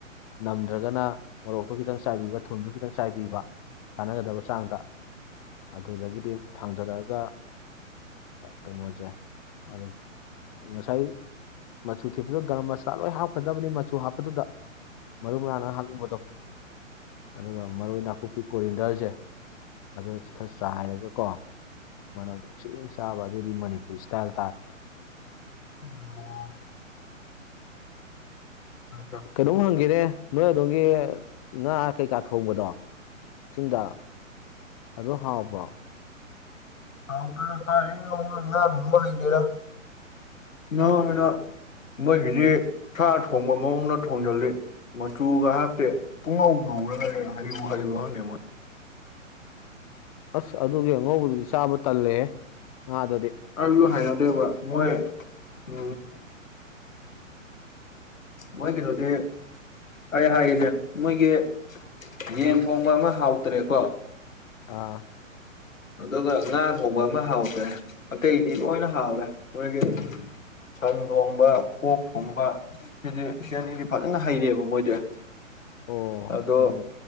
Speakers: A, on the left; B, on the left.
A: ꯅꯝꯗ꯭ꯔꯒꯅ ꯃꯣꯔꯣꯛꯇꯨ ꯈꯤꯇꯪ ꯆꯥꯏꯕꯤꯕ ꯊꯨꯝꯁꯨ ꯈꯤꯇꯪ ꯆꯥꯏꯕꯤꯕ ꯁꯥꯟꯅꯒꯗꯕ ꯆꯥꯡꯗ ꯑꯗꯨꯗꯒꯤꯗꯤ ꯊꯥꯡꯖꯔꯛꯑꯒ ꯀꯩꯅꯣꯁꯦ ꯑꯗꯨꯝ ꯉꯁꯥꯏ ꯃꯆꯨ ꯊꯤꯄꯗ ꯒꯔꯝ ꯃꯁꯥꯂꯥ ꯂꯣꯏ ꯍꯥꯞꯀꯗꯕꯅꯤ ꯃꯆꯨ ꯍꯥꯞꯄꯗꯨꯗ ꯃꯔꯨ ꯃꯔꯥꯡꯅ ꯍꯥꯞꯅꯤꯡꯕꯗꯣ ꯑꯗꯨꯒ ꯃꯔꯣꯏ ꯅꯥꯀꯨꯞꯄꯤ ꯀꯣꯔꯤꯟꯗꯔꯁꯦ ꯑꯗꯨ ꯈꯔ ꯆꯥꯏꯔꯒꯀꯣ ꯃꯅꯝ ꯛꯁꯤꯅ ꯆꯥꯕ ꯑꯗꯨꯗꯤ ꯃꯅꯤꯄꯨꯔꯤ ꯏꯁꯇꯥꯏꯜ ꯇꯥꯔꯦ
B: ꯎ ꯑ ꯍ
A: ꯀꯩꯅꯣꯝ ꯍꯪꯈꯦꯅꯦ ꯅꯣꯏ ꯑꯗꯣꯝꯒꯤ ꯉꯥ ꯀꯩꯀꯥ ꯊꯣꯡꯕꯗꯣ ꯆꯤꯡꯗ ꯑꯗꯨ ꯍꯥꯎꯕ꯭ꯔꯣ
B: ꯍꯥꯎꯇꯅ ꯀ ꯔꯝꯕ ꯍꯥꯏꯇꯔꯅ <inaudible> ꯃꯣꯏꯒꯤꯗꯤ ꯁꯥ ꯊꯣꯡꯕ ꯃꯑꯣꯡꯗ ꯊꯣꯡꯖꯤꯜꯂꯤ ꯃꯆꯨꯒ ꯍꯥꯞꯇꯦ ꯄꯨꯡꯉꯧ ꯉꯧꯔꯒ ꯍꯩꯕꯨ ꯍꯩꯕ꯭ꯔ ꯈꯪꯗꯦ ꯃꯣꯏ
A: ꯑꯁ ꯑꯗꯨꯒꯤ ꯑꯉꯧꯕꯗꯨꯗꯤ ꯆꯥꯕ ꯇꯜꯂꯦ ꯉꯥꯗꯗꯤ
B: ꯑꯩꯁꯨ ꯍꯥꯏꯅꯗꯦꯕ ꯃꯣꯏ ꯎ ꯃꯣꯏ ꯀꯩꯅꯣꯗꯤ ꯑꯩ ꯍꯥꯏꯒꯁꯦ ꯃꯣꯏꯒꯤ ꯌꯦꯟ ꯊꯣꯡꯕ ꯑꯃ ꯍꯥꯎꯇ꯭ꯔꯦꯀꯣ
A: ꯑꯥ
B: ꯑꯗꯨꯒ ꯉꯥ ꯊꯣꯡꯕ ꯑꯃ ꯍꯥꯎꯇ꯭ꯔꯦ ꯑꯇꯩꯗꯤ ꯂꯣꯏꯅ ꯍꯥꯎꯔꯦ ꯃꯣꯏꯒꯤ ꯁꯟ ꯊꯣꯡꯕ ꯑꯣꯛ ꯊꯣꯡꯕ ꯁꯤꯗꯤ ꯁꯤ ꯑꯅꯤꯗꯤ ꯐꯖꯅ ꯍꯩꯔꯦꯕ ꯃꯣꯏꯗꯤ
A: ꯑꯣ
B: ꯑꯗꯣ
A: ꯎꯝ